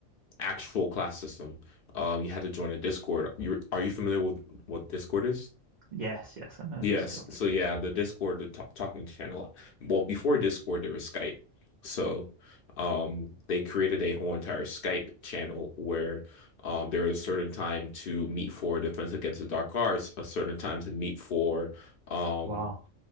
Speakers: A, on the left; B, on the right.
A: actual class system. Um, you had to join a Discord. You are you familiar with what Discord is?
B: Yes, yes, I know
A: Yes.
B: Discord.
A: So yeah, the Discord, the talk talking channel. Well, before Discord, there was Skype. So um they created a whole entire Skype channel where um there was a certain time to meet for Defense Against the Dark Arts, a certain time to meet for um
B: Wow.